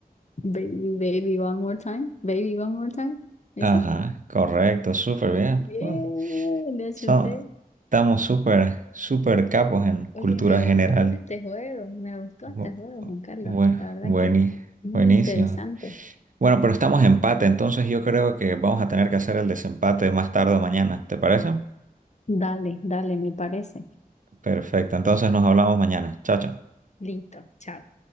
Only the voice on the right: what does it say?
Ajá, correcto, súper bien.
Pues,
son- estamos súper, súper capos en cultura
general.
Bu-
bu-
bueni-
buenísimo.
Bueno, pero estamos empate, entonces yo creo que vamos a tener que hacer el desempate más tarde o mañana, ¿te parece?
Perfecto, entonces nos hablamos mañana. Chao, chao.